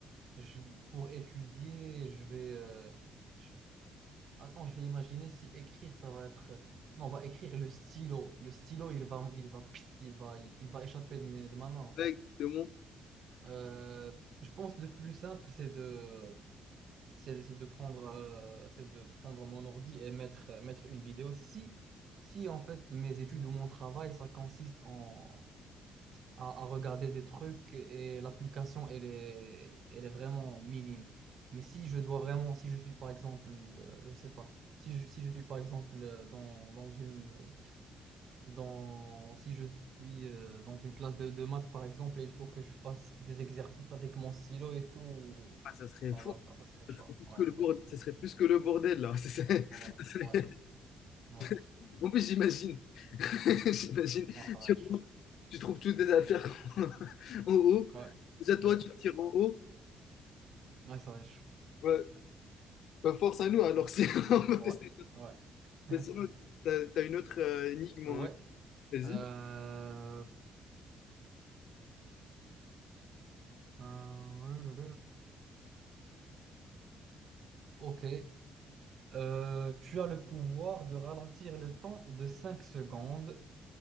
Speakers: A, on the right; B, on the left.
A: je, pour étudier, je vais. euh, je- attends, je vais imaginer si écrire, ça va être. Non, on va écrire le stylo. Le stylo, il va, il va, il va, il va échapper de, mes- de ma main, en
B: Ouais,
A: fait.
B: exactement.
A: Euh, je pense que le plus simple, c'est de c'est c'est de prendre, euh, c'est de prendre mon ordi et mettre, mettre une vidéo. Si, si en fait mes études ou mon travail, ça consiste en, à, à regarder des trucs et l'application, elle est, elle est vraiment minime. Mais si je dois vraiment, si je suis par exemple, euh, je sais pas, si je, si je suis par exemple euh, dans, dans une, dans, si je suis euh, dans une classe de, de maths par exemple, et il faut que je fasse des exercices avec mon stylo et tout,
B: Ah, ça serait
A: bon,
B: fou.
A: là, ça serait chaud.
B: Ça serait plus
A: Ouais,
B: que le bordel,
A: ouais.
B: ça serait plus que le bordel là. <laughs> Ça serait-
A: Ouais,
B: ça serait-
A: ouais, ouais.
B: <laughs> En plus, j'imagine. <laughs> J'imagine.
A: Non, ça va
B: Tu
A: être
B: rentres,
A: chaud.
B: tu trouves toutes tes affaires <laughs> en haut.
A: Ouais,
B: Déjà, toi,
A: ouais,
B: tu tires en haut.
A: ouais, ça va être chaud.
B: Ouais. Bah, force à nous alors. <laughs> Si... on va
A: Ouais,
B: tester.
A: ouais. <laughs>
B: Mais sinon, t'as, t'as une autre euh, énigme.
A: Ouais.
B: hein. Vas-y.
A: Euh... euh, Ok. Euh, tu as le pouvoir de ralentir le temps de 5 secondes,